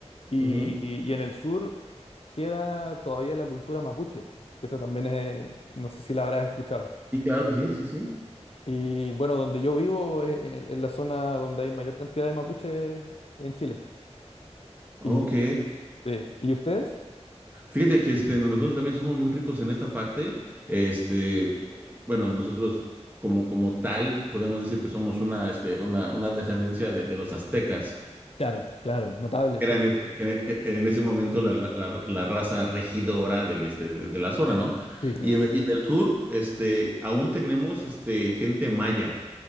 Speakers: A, on the left; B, on the right.
A: Y,
B: Ujú.
A: y- y en el sur queda todavía la cultura mapuche, que esa también es, no sé si la habrás escuchado.
B: Sí, claro que sí, sí, sí.
A: Y bueno, donde yo vivo es, es- es la zona donde hay mayor cantidad de mapuche en Chile.
B: Ok,
A: ¿Y, sí. ¿Y ustedes?
B: fíjate que este, nosotros también somos muy ricos en esta parte. Este, eh, bueno, nosotros como, como tal podemos decir que somos una, este, una, una descendencia de, de los aztecas,
A: Claro, claro, notable,
B: que
A: sí.
B: eran en, e- que en e- en ese momento la, la- la- la raza regidora del, este, de, de la zona, ¿no?
A: Sí, sí.
B: Y en, y en el sur, este, aún tenemos este, gente maya.